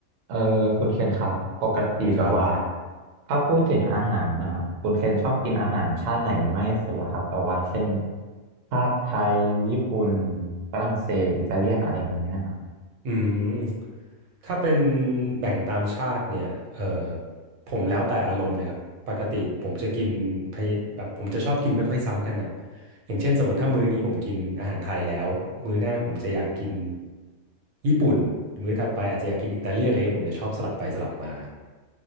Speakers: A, on the right; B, on the right.
A: เออคุณเคนครับปกติแบบว่า
B: ครับ
A: ถ้าพูดถึงอาหารนะคุณเคนชอบกินอาหารชาติไหนมากที่สุดล่ะครับแบบว่าเช่นชาติไทยญี่ปุ่นฝรั่งเศสอิตาเลียนอะไรอย่างเงี้ย
B: อืมถ้าเป็นแบ่งตามชาติเนี่ยเออผมแล้วแต่อารมณ์เลยครับปกติผมจะกินพะเยแบบผมจะชอบกินไม่ค่อยซ้ำกันอ่ะอย่างเช่นสมมติถ้ามื้อนี้ผมกินอาหารไทยแล้วมื้อหน้าผมจะอยากกินญี่ปุ่นหรือมื้อถัดไปอาจจะอยากกินอิตาเลียนอะไรเงี้ยผมจะชอบสลับไปสลับมา